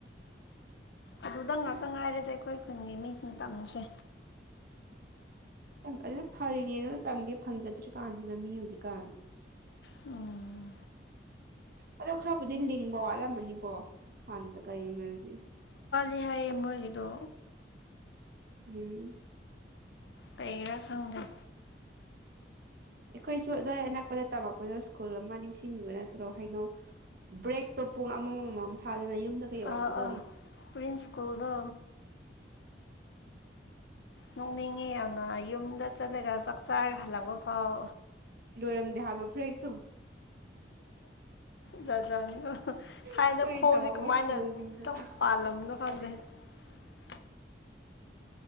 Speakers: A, on the left (about 70°); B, on the right (about 55°).
A: ꯑꯗꯨꯗ ꯉꯥꯛꯇ- ꯉꯥꯏꯔꯦꯗ ꯑꯩꯈꯣꯏ ꯈꯨꯟꯒꯤ ꯃꯤꯁꯤꯡꯅ ꯇꯝꯃꯤꯁꯦ
B: ꯑꯗꯨꯗ ꯐꯔꯤꯅꯦ ꯑꯗꯨ ꯇꯝꯒꯦ ꯐꯪꯖꯗ꯭ꯔꯤ ꯀꯥꯟꯖꯤꯗ ꯃꯤ ꯍꯧꯖꯤꯛꯀꯥꯟ
A: INAUDIBLE
B: ꯑꯗꯣ ꯈꯔꯕꯨꯗꯤ ꯂꯤꯡꯕ ꯋꯥꯠꯂꯝꯃꯅꯤꯀꯣ ꯍꯥꯟꯅꯒ ꯌꯦꯡꯅꯔꯗꯤ
A: ꯌꯥꯏꯌꯦ ꯃꯣꯏꯒꯤꯗꯣ
B: ꯎꯝ
A: ꯀꯩꯔꯥ ꯈꯪꯗꯦ
B: ꯑꯩꯈꯣꯏꯁꯨ ꯑꯗꯨꯋꯥꯏ ꯑꯅꯛꯄꯗ ꯇꯝꯃꯛꯄꯗꯣ ꯁ꯭ꯀꯨꯜ ꯑꯃ ꯅꯤꯡꯁꯤꯡꯢꯕ ꯅꯠꯇ꯭ꯔꯣ ꯍꯥꯏꯅꯣ ꯕ꯭ꯔꯦꯛꯇꯣ ꯄꯨꯡ ꯑꯃꯝ ꯑꯃꯝ ꯊꯥꯗꯅ ꯌꯨꯝꯗ ꯌꯧꯔꯛꯄꯗꯣ
A: ꯑꯥ ꯑꯥ ꯄ꯭ꯔꯤꯟꯁ ꯁ꯭ꯀꯨꯜꯗꯣ ꯅꯣꯛꯅꯤꯡꯉꯦ ꯌꯥꯝꯅ ꯌꯨꯝꯗ ꯆꯠꯂꯒ ꯆꯥꯛ ꯆꯥꯔ ꯍꯜꯂꯛꯄ ꯐꯥꯎ
B: ꯂꯣꯏꯔꯝꯗꯦ ꯍꯥꯏꯕ ꯕ꯭ꯔꯦꯛꯇꯣ
A: ꯖꯥꯠꯖꯥꯠꯅꯤꯀꯣ ꯊꯥꯏꯅ
B: ꯑꯩꯈꯣꯏ
A: ꯈꯣꯡꯖꯦ
B: ꯇꯝꯃꯛꯄ
A: ꯀꯃꯥꯏꯅ
B: ꯁ꯭ꯀꯨꯜꯁꯤꯡꯗ
A: ꯄꯥꯜꯂꯝꯕꯅꯣ
B: ꯃꯊꯣꯡ ꯆꯥꯗꯦ
A: ꯈꯪꯗꯦ INAUDIBLE